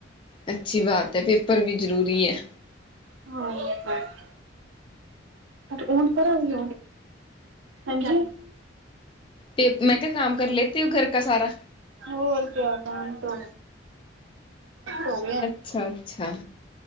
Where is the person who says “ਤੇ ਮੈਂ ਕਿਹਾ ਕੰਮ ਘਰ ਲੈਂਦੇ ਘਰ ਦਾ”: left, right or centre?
Left